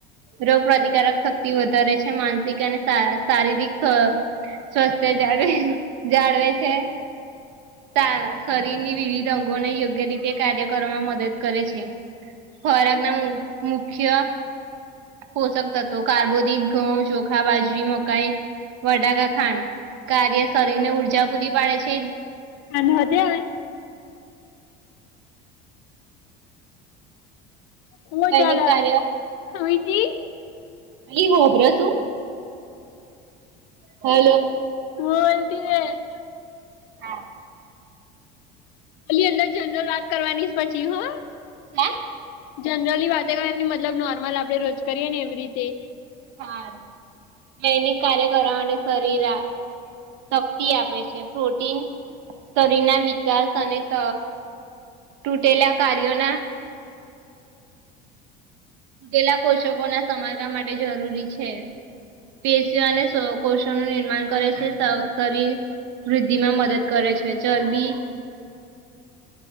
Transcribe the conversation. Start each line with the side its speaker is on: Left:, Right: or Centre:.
Right: રોગપ્રતિકારક શક્તિ વધારે છે, માનસિક અને શારીરિક અ સ્વસ્થ જાળવે જાળવે છે. તા શરીરની વિવિધ અંગોને યોગ્ય રીતે કાર્ય કરવામાં મદદ કરે છે. ખોરાક ના મું મુખ્ય પોષક તત્વો કાર્બોદિત ઘઉ, ચોખા, બાજરી, મકાઈ વટાકા, ખાંડ કાર્ય શરીર ને ઊર્જા પૂરી પાડે છે.
Left: અને મજા આવે. હુહ
Right: દૈનિક
Left: દલા
Right: કાર્ય
Left: હુઈજી.
Right: અલી હોભ્ર શું? હલો.
Left: બોલતીએ.
Right: હા.
Left: ખાલી અંદર જનરલ વાત કરવાનીસ પછી હો.
Right: હે.
Left: જનરલી વાત કરવાની મતલબ નોર્મલ આપડે રોજ કરીએ ને એવ રીતે.
Right: હારું દૈનિક કાર્ય કરવા અને શરીરઆ શક્તિ આપે છે, પ્રોટીન શરીરના વિકાસ અને ત તૂટેલા કાર્યોના તૂટેલા કોષકો ના સમારકામ માટે જરૂરી છે. પીએસયુ અને સ કોષોનું નિર્માણ કરે છે શ શરીર વૃદ્ધિ માં મદદ કરે છે ચરબી